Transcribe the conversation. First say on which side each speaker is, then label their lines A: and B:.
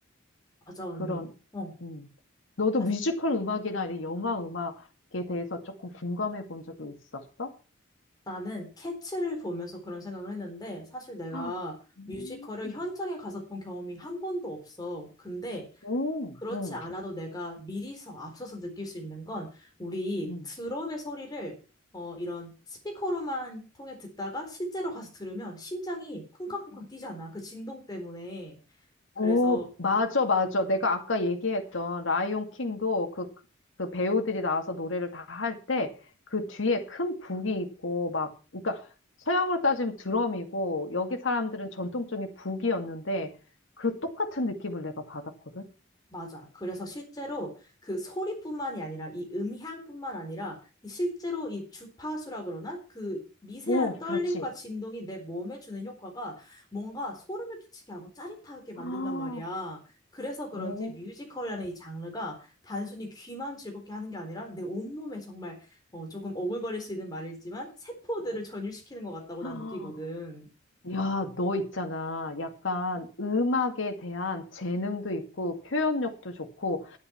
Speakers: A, on the left (about 20°); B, on the left (about 70°).
A: 맞아, 언니.
B: 그런,
A: 어.
B: 음. 너도
A: 아,
B: 뮤지컬 음악이나 이 영화 음악에 대해서 조금 공감해 본 적이 있었어?
A: 나는 캐츠를 보면서 그런 생각을 했는데, 사실 내가
B: 아, 음.
A: 뮤지컬을 현장에 가서 본 경험이 한 번도 없어. 근데
B: 음,
A: 그렇지
B: 응,
A: 않아도 내가 미리서 앞서서 느낄 수 있는 건 우리
B: 응.
A: 드럼의 소리를 어, 이런 스피커로만 통해 듣다가 실제로 가서 들으면 심장이 쿵쾅쿵쾅 뛰잖아. 그 진동 때문에. 그래서
B: 오, 맞아, 맞아. 내가 아까 얘기했던 라이온 킹도 그, 그 배우들이 나와서 노래를 다 할 때 그 뒤에 큰 북이 있고 막, 그러니까 서양으로 따지면 드럼이고 여기 사람들은 전통적인 북이었는데 그 똑같은 느낌을 내가 받았거든.
A: 맞아. 그래서 실제로 그 소리뿐만이 아니라 이 음향뿐만 아니라 이 실제로 이 주파수라 그러나 그 미세한
B: 오,
A: 떨림과
B: 그렇지.
A: 진동이 내 몸에 주는 효과가 뭔가 소름을 끼치게 하고 짜릿하게 만든단
B: 아,
A: 말이야. 그래서 그런지
B: 오,
A: 뮤지컬이라는 이 장르가 단순히 귀만 즐겁게 하는 게 아니라 내 온몸에 정말 어, 조금 오글거릴 수 있는 말이지만 세포들을
B: 어.
A: 전율시키는 것 같다고
B: <gasps>
A: 난 느끼거든.
B: 야, 너 있잖아. 약간 음악에 대한 재능도 있고 표현력도 좋고